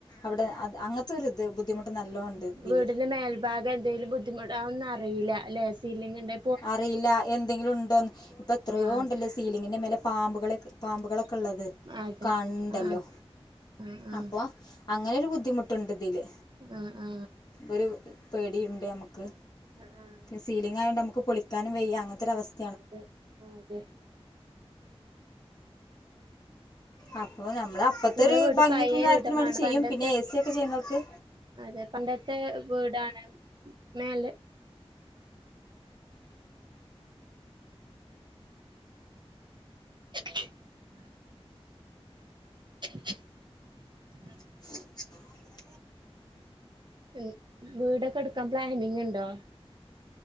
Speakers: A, on the left (about 40°); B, on the right (about 45°).
A: അവിടെ അങ്ങനത്തെ ഒരിത് ബുദ്ധിമുട്ട് നല്ലോണം ഉണ്ട്
B: ഉം
A: ഇതിൽ
B: വീടിന്റെ മേൽഭാഗം എന്തെങ്കിലും ബുദ്ധിമുട്ട് അതൊന്നും അറിയില്ല അല്ലെ സിലിങ്ങിന്റെ
A: അറിയില്ല എന്തെങ്കിലും ഉണ്ടോന്ന് ഇപ്പ എത്രയോ
B: ആഹ്
A: ഉണ്ടല്ലോ
B: അതെ
A: സി സീലിങ്ങിന്റെ മേലെ പാമ്പുകളെ പാമ്പുകളൊക്കെ ഉള്ളത്
B: അതെ
A: കാൺണ്ടല്ലോ
B: ആഹ് ആഹ്
A: അപ്പൊ അങ്ങനൊരു ബുദ്ധിമുട്ടുണ്ട് ഇതില്
B: ആഹ് ആഹ്
A: ഒരു പേടിയുണ്ട് നമുക്ക്
B: ആഹ് ആഹ്
A: സീലിങ് ആയൊണ്ട് നമുക്ക് പൊളിക്കാനും വെയ്യ അങ്ങനത്തൊരു അവസ്ഥ
B: അതെ അതെ
A: അപ്പൊ നമ്മൾ അപ്പത്തെ
B: നിങ്ങളെ
A: ഒരു
B: വീട്
A: ഭംഗിക്കും
B: പഴയ
A: കാര്യത്തിനും
B: വീടമാണ്
A: വേണ്ടി ചെയ്യും
B: പണ്ടത്തെ
A: പിന്നെ എ സി യൊക്കെ ചെയ്യുന്നോർക്ക്
B: അതെ പണ്ടത്തെ വീടാണ് മേലെ <unintelligible> <unintelligible>
A: <unintelligible>
B: ഉം വീടൊക്കെ എടുക്കാൻ പ്ലാനിങ് ഉണ്ടോ